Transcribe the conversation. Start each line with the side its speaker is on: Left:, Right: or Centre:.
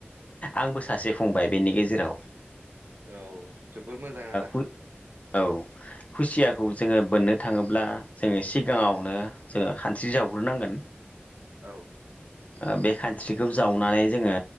Left: आंबो सासे फंबाय बेनि गेजेराव।
Right: औ जोबोर मोजां आदा।
Left: ओ औ। खुसियाखौ
Right: औ
Left: जोंङो बोननो थांङोब्ला जोंङो सिगाङावनो जोंङो खानस्रि जावग्रोनांगोन।
Right: औ
Left: ओ बे खानस्रिखौ जावनानै जोंङो